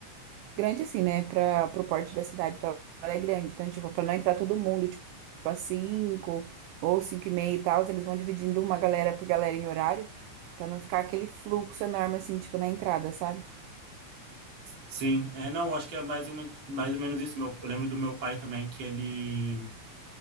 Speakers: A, on the right (about 85°); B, on the right (about 30°).
A: Grande assim, né? Para pro porte da cidade, tal, ela é grande. Então, tipo, para não entrar todo mundo, tipo, a cinco ou cinco e meia e tal, eles vão dividindo uma galera por galera em horário, para não ficar aquele fluxo enorme assim, tipo, na entrada, sabe?
B: Sim, é, não, acho que é mais ou, menos mais ou menos isso. Meu, eu lembro do meu pai também que ele,